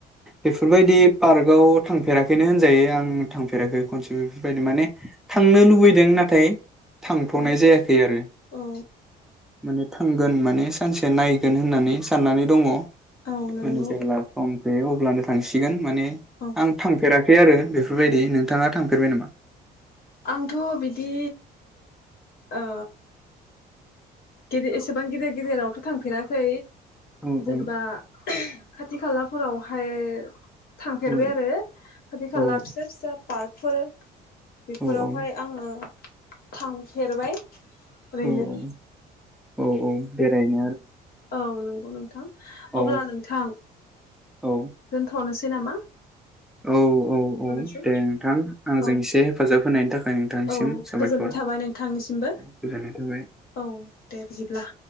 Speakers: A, in the centre; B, on the left.
A: बेफोरबायदि पार्कआव थांफेराखैनो होनजायो आं थांफेराखै खनसे बेफोरबायदि माने थांनो लुबैदों नाथाय थांथ'नाय
B: औ
A: जायाखै आरो
B: औ
A: माने थांगोन माने सानसे नायगोन होननानै साननानै दङ।
B: औ नंगौ
A: माने जेब्ला सम बे अब्लानो थांसिगोन माने
B: औ
A: आं थांफेरा। खै आरो बेफोरबायदि नोंथाङा थांफेरबाय नामा?
B: आंथ' बिदि ओ गिदि एसेबां गिदिर गिदिरावथ' थांफेराखै।
A: औ
B: जेनेबा
A: औ
B: खाथि खाला फोरावहाय थांफेरबाय
A: औ
B: आरो खाथि खाला
A: औ
B: फिसा फिसा पार्क <unintelligible> बेफोरावहाय
A: औ औ
B: आङो थांफेरबाय ओरैनो
A: औ औ औ औ बेराय <unintelligible>
B: औ नोंगौ नोंथां
A: औ
B: अब्ला नोंथां
A: औ
B: दोनथ'नोसै नामा?
A: औ औ
B: थनोसै
A: औ दे नोंथां आंजों
B: औ
A: एसे हेफाजाब होनायनि थाखाय नोंथांनिसिम
B: औ
A: साबायखर
B: गोजोननाय थाबाय नोंथांनिसिमबो
A: गोजोननाय थाबाय
B: औ दे बिदिब्ला